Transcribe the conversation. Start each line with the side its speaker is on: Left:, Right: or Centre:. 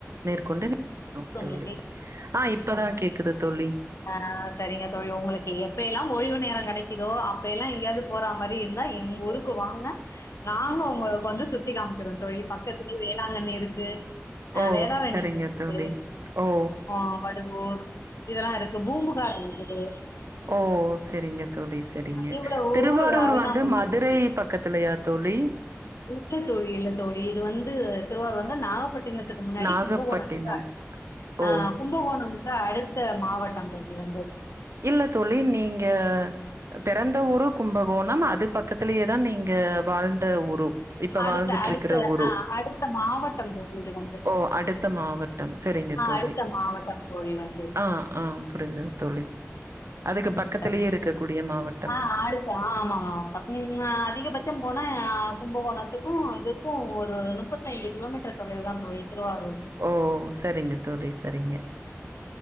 Right: மேற்கொண்டு வரு
Left: உங்களுக்கு
Right: தோழி ஆ இப்பதா கேக்குது தோழி
Left: அ செரிங்க தொழி உங்களுக்கு எப்ப எல்லா ஓய்வு நேரொ கெடக்கிதோ அப்ப எல்லா எங்கெயாது போற மாரி இருந்தா எங்க ஊருக்கு வாங்க நாங்க ஒங்களுக்கு வந்து சுத்தி காமிக்கிறோ தோழி பக்கத்துலே வேளாங்கண்ணி இருக்கு அ
Right: ஓ
Left: வேதாரண்யம்
Right: செரிங்க
Left: இருக்குது,
Right: தோழி ஓ
Left: ஆ படுவூர் இதெல்லா இருக்கு பூம்புகார் இருக்குது
Right: ஓ செரிங்க தோழி செரிங்க
Left: இவ்வளவு
Right: திருவாரூர்
Left: ஊரு அருகாமையில
Right: வந்து மதுரை
Left: இருக்கு.
Right: பக்கத்துலயா தோழி
Left: இல்லத்தோழி இல்லத்தோழி இது வந்து திருவாரூர் வந்த நாகப்பட் டினத்துக்கு முன்னாடி
Right: நாகப்பட்டினம்
Left: கும்பகோணத்துக்கு அடுத்து
Right: ஓ
Left: அ கும் கும்பகோணம்க்லா அடுத்த மாவட்டம் தோழி இது வந்து
Right: இல்ல தோழி நீங்கெ பெறந்த ஊரு கும்பகோணம் அது பக்கத்திலயே தா நீங்க வாழ்ந்த ஊரு இப்ப
Left: அடுத்த
Right: வாழ்ந்துட்டு
Left: அடுத்த
Right: இருக்கிற ஊரு
Left: அ அடுத்த மாவட்டம் தோழி <unintelligible>
Right: ஓ அடுத்த மாவட்டம் செரிங்க
Left: ஆ
Right: தோழி
Left: அடுத்த மாவட்டம் தோழி வந்து.
Right: ஆ ஆ புரிந்தது தோழி அதுக்கு
Left: ம்
Right: பக்கத்துலயே
Left: சரிங்க
Right: இருக்கக்க
Left: தோழி.
Right: கூடிய மாவட்டம்
Left: ஆ அடுத்த ஆமா ஆ அதிகபட்சம் போனா கும்பகோணத்துக்கும் இதுக்கு ஒரு முப்பத்த ஐ கிலோமீட்டர் தொலைவு தா திருவாருர்
Right: ஓ சரிங்க தோழி சரிங்க